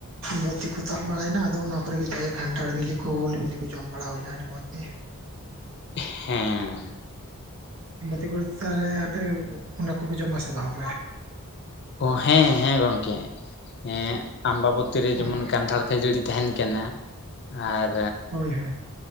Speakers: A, on the right; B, on the left.
A: ᱵᱟᱹᱛᱤ ᱠᱚ ᱛᱟᱵ ᱵᱟᱲᱟᱭᱱᱟ ᱟᱫᱚ ᱚᱱᱟ ᱠᱚᱨᱮ ᱜᱮ ᱡᱟᱜᱮ ᱠᱟᱱᱴᱷᱟᱲ ᱵᱤᱞᱤ ᱠᱚ ᱩᱞ ᱵᱤᱞᱤ ᱠᱚ ᱡᱚᱢ ᱵᱟᱲᱟ ᱦᱩᱭᱱᱟ ᱟᱹᱰᱤ ᱢᱚᱸᱡᱽ ᱜᱮ,
B: ᱦᱮᱸ
A: <unintelligible> ᱛᱟᱦᱚᱞᱮ ᱟᱯᱮ ᱚᱱᱟ ᱠᱚᱯᱮ ᱡᱚᱢ ᱟᱥᱮ ᱵᱟᱝ?
B: ᱚ ᱦᱮᱸ ᱦᱮᱸ ᱜᱚᱝᱠᱮ ᱾ ᱦᱮᱸ ᱟᱢᱵᱟᱵᱚᱛᱤ ᱨᱮ
A: ᱦᱳᱭ
B: ᱡᱮᱢᱚᱱ ᱠᱟᱱᱴᱷᱟᱲ ᱠᱷᱟᱹᱡᱟᱹᱲᱤ ᱛᱟᱦᱮᱱ ᱠᱟᱱᱟ, ᱟᱨ
A: ᱦᱳᱭ ᱦᱳᱭ